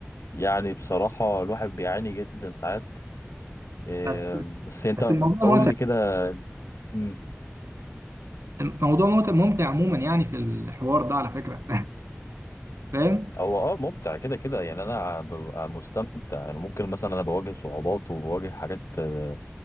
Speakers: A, on the left (about 85°); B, on the right (about 80°).
A: يعني بصراحه الواحد بيعاني جدا ساعات إيه،
B: بس
A: بس انت
B: بس الموضوع
A: قول
B: ممتع
A: لي كده مم.
B: الموضوع ممتع ممتع عموما يعني في الحوار ده على فكره <laughs> فاهم
A: هو اه ممتع كده كده يعني انا ببقى مستمتع انا ممكن مثلا انا بواجه صعوبات وبواجه حاجات آه،